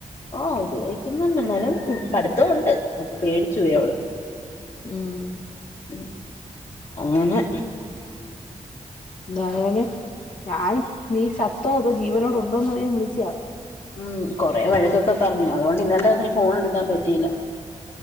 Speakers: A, on the left; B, on the left.
A: ആഹ് ഉപയോഗിക്കുന്നുണ്ട് എന്നാലും പഠിത്തം ഉണ്ട് അപ്പൊ പേടിച്ചു പോയി അവള്
B: ഉം
A: ഉം അങ്ങനെ
B: എന്തായാലും ഞാൻ നീ ചത്തോ അതോ ജീവനോടു ഉണ്ടോന്ന് അറിയാൻ വിളിച്ചയാ
A: ഉം കൊറെേ വഴക്കൊക്കെ പറഞ്ഞു അതുകൊണ്ട് ഇന്നലെ രാത്രി ഫോൺ എടുക്കാൻ പറ്റിയില്ല